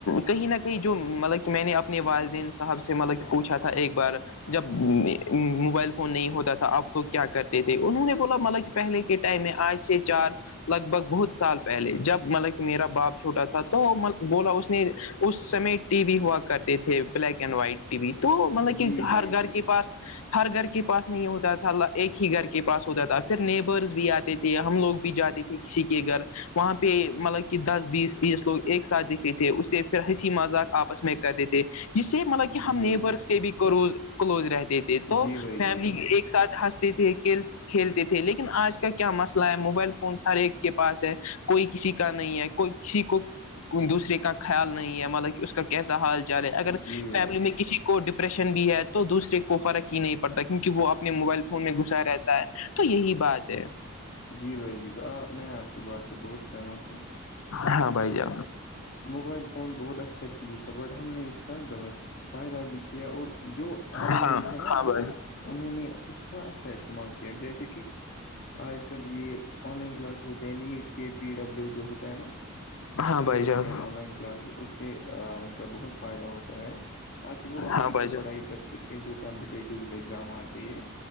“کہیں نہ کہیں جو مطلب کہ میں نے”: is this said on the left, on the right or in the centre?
Left